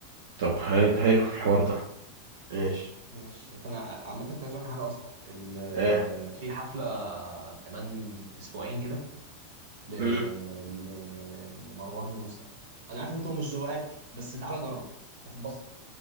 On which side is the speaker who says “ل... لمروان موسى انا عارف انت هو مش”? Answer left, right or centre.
Right